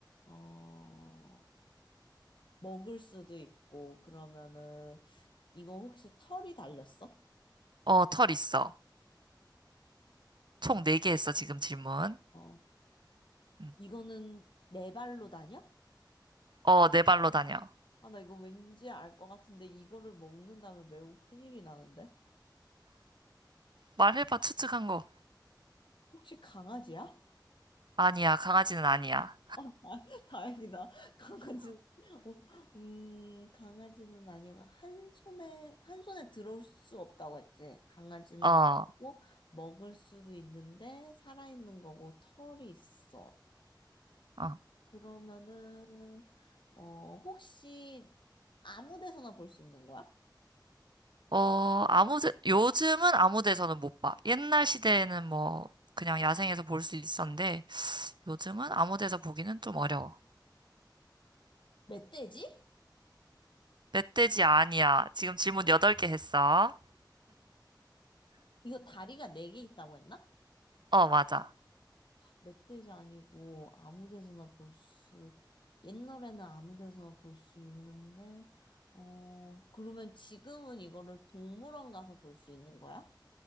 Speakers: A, on the left; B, on the right.
A: 어, 먹을 수도 있고, 그러면은, 이거 혹시 털이 달렸어?
B: 어, 털 있어. 총 네 개 했어, 지금 질문.
A: 어,
B: 음.
A: 이거는 네 발로 다녀?
B: 어, 네 발로 다녀.
A: 아, 나 이거 왠지 알 것 같은데, 이거를 먹는다면 매우 큰일이 나는데?
B: 말해봐, 추측한 거.
A: 혹시 강아지야?
B: 아니야, 강아지는 아니야.
A: 어, <laughs> 다, 다행이다. 강아지는, 어, 음, 강아지는 아니고, 한 손에, 한 손에 들어올 수 없다고 했지. 강아지는
B: 어,
A: 없고, 먹을 수도 있는데, 살아있는 거고, 털이 있어.
B: 어.
A: 그러면은, 어, 혹시 아무 데서나 볼 수 있는 거야?
B: 어, 아무, 데- 요즘은 아무 데서는 못 봐. 옛날 시대에는 뭐, 그냥 야생에서 볼 수 있었는데, 요즘은 아무 데서 보기는 좀 어려워.
A: 멧돼지?
B: 멧돼지 아니야. 지금 질문 8개 했어.
A: 이거 다리가 네 개 있다고 했나?
B: 어, 맞아.
A: 멧돼지 아니고 아무 데서나 볼 수, 옛날에는 아무 데서나 볼 수 있는데, 어, 그러면 지금은 이거를 동물원 가서 볼 수 있는 거야?